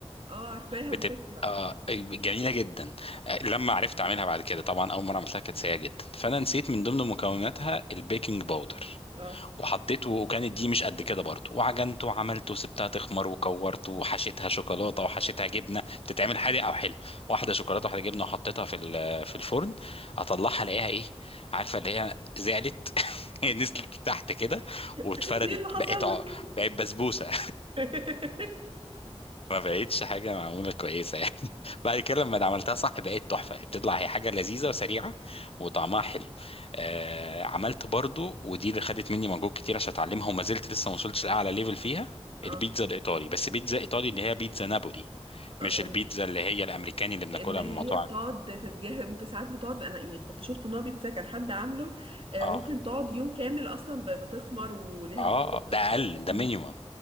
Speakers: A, on the right; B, on the left.
A: اه عارفاها
B: بتبقى
A: بشوفها
B: آه، جميله جدا آه، لما عرفت اعملها بعد كده طبعا اول مره عملتها كانت سيئه جدا فانا نسيت من ضمن مكوناتها البيكنج باودر
A: اه
B: وحطيته وكانت دي مش قد كده برضه وعجنته وعملته وسبتها تخمر وكورته وحشيتها شوكولاته وحشيتها جبنه بتتعمل حادق او حلو واحده شوكولاته واحده جبنه وحطيتها في ال- في الفرن اطلعها الاقيها ايه عارفه اللي هي زعلت <laughs> هي نزلت تحت كده
A: <laughs>
B: واتفردت
A: انت ايه اللي حصل
B: بقت ع-
A: لك
B: بقت بسبوسه
A: <laughs>
B: ما بقتش حاجة معمولة كويسة يعني <laughs> بعد كده لما عملتها صح بقت تحفة بتطلع هي حاجة لذيذة وسريعة وطعمها حلو آه عملت برضو ودي اللي خدت مني مجهود كتير عشان اتعلمها وما زلت لسه ما وصلتش لأعلى ليفل فيها
A: اه
B: البيتزا الإيطالي بس بيتزا إيطالي اللي هي بيتزا نابولي
A: آه،
B: مش البيتزا
A: ال-
B: اللي هي الأمريكاني اللي بناكلها
A: اللي هي
B: من مطاعم
A: بتقعد تتجاهل ممكن ساعات بتقعد انا يعني كنت شفت ان هو بيتزا كان حد عامله آه،
B: اه
A: ممكن تقعد يوم كامل اصلا ب- بتخمر وليها
B: اه
A: طرق
B: آه، ده أقل
A: تجهيز
B: ده مينيمم